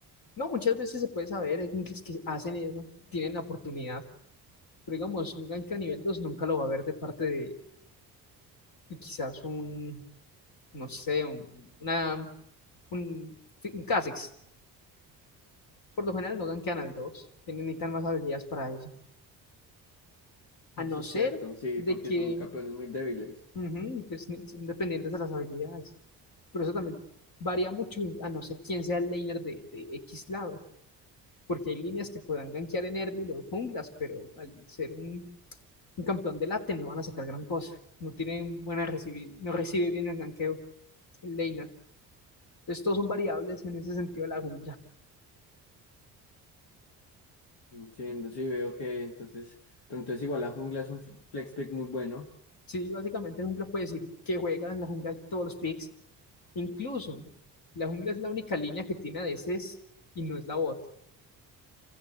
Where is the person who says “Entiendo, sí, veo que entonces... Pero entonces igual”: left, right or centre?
Left